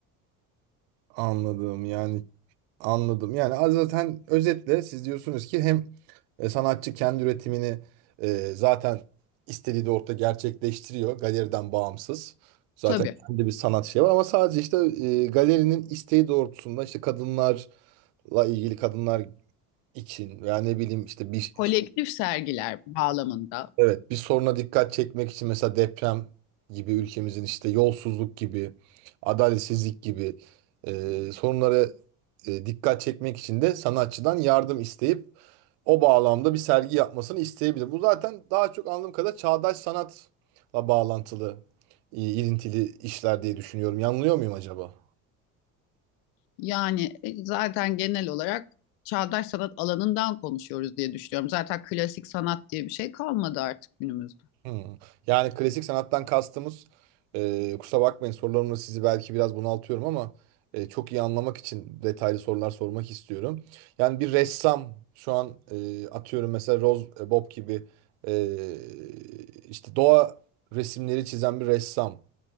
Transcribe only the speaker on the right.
Anladım yani anladım. Yani az zaten özetle siz diyorsunuz ki hem e, sanatçı kendi üretimini e, zaten istediği de orada gerçekleştiriyor galeriden bağımsız. Zaten
kendi bir sanat şey var ama sadece işte e, galerinin isteği doğrultusunda işte kadınlarla ilgili kadınlar için veya ne bileyim işte bir
Evet, bir soruna dikkat çekmek için mesela deprem gibi ülkemizin işte yolsuzluk gibi, adaletsizlik gibi e, sorunlara e, dikkat çekmek için de sanatçıdan yardım isteyip o bağlamda bir sergi yapmasını isteyebilir. Bu zaten daha çok anladığım kadar çağdaş sanatla bağlantılı, e, ilintili işler diye düşünüyorum. Yanılıyor muyum acaba?
Hmm. Yani klasik sanattan kastımız e, kusura bakmayın sorularımla sizi belki biraz bunaltıyorum ama e, çok iyi anlamak için detaylı sorular sormak istiyorum. Yani bir ressam şu an e, atıyorum mesela Rose e, Bob gibi e, işte doğa resimleri çizen bir ressam.